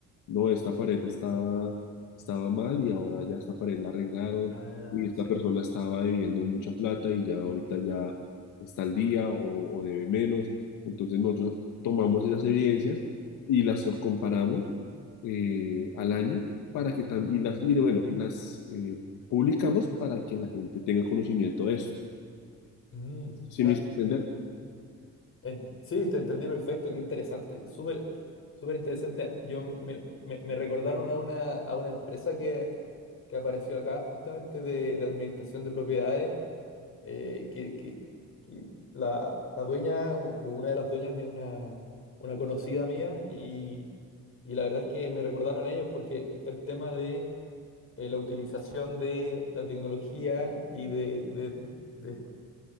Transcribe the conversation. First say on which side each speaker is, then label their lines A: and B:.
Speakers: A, on the left; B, on the left.
A: no, esta pared estaba, estaba mal y ahora ya esta pared la arreglaron
B: Ah,
A: y esta
B: sí.
A: persona estaba debiendo mucha plata y ya ahorita ya está al día o, o debe menos. Entonces nosotros tomamos esas evidencias y las comparamos eh, al año para que tam- y las, y bueno, y las eh, publicamos para que la gente tenga conocimiento de esto.
B: Mm,
A: ¿Sí
B: está-
A: me hice entender?
B: en- sí, te entendí perfecto, qué interesante, súper, súper interesante. Yo me, me- me recordaron a una, a una empresa que, que apareció acá justamente de, de administración de propiedades eh, que, que- que la, la dueña o o una de las dueñas es una, una conocida mía y, y la verdad es que me recordaron a ellos porque está el tema de eh, la utilización de la tecnología y de, de- de